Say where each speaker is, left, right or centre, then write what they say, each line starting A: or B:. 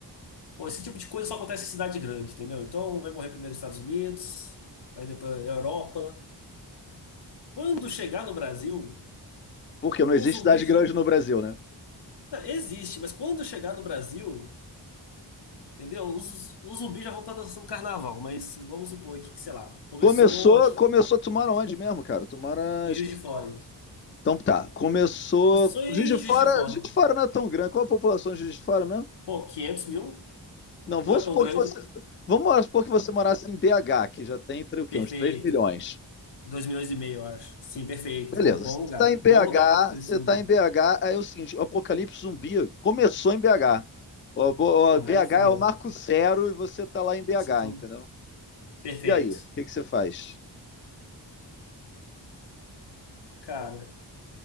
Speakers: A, on the left; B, on the left.
A: Pô, esse tipo de coisa só acontece em cidade grande, entendeu? Então vai morrer primeiro nos Estados Unidos, aí depois Europa. Quando chegar no Brasil,
B: Porque não
A: o
B: existe
A: zumbi.
B: cidade grande no Brasil, né?
A: Não, existe, mas quando chegar no Brasil. Entendeu? Os, os zumbis já vão estar dançando carnaval, mas vamos supor aqui que, sei lá, começou
B: Começou,
A: aqui
B: começou, tu mora onde mesmo, cara? Tu mora,
A: em
B: esqueci.
A: Juiz de Fora.
B: Então tá, começou,
A: Começou em
B: Juiz de Fora,
A: Juiz de Fora.
B: Juiz de Fora não é tão grande, qual a população de Juiz de Fora mesmo?
A: Pô, 500 mil?
B: Não, vamos
A: Não é tão
B: supor
A: grande?
B: que você. Vamos supor que você morasse em BH, que já tem entre o quê?
A: Perfeito.
B: Uns 3 milhões.
A: 2 milhões e meio, eu acho. Sim, perfeito.
B: Beleza.
A: Bom, bom
B: Você
A: lugar.
B: está em
A: Bom
B: BH,
A: lugar para apocalipse
B: você está
A: zumbi.
B: em BH, aí é o seguinte, o Apocalipse Zumbi começou em BH. O, bo-
A: Porra,
B: o BH
A: aí fudeu.
B: é o marco zero e você está lá em BH,
A: Isso Então,
B: entendeu?
A: perfeito.
B: E aí, o que que você faz?
A: Cara,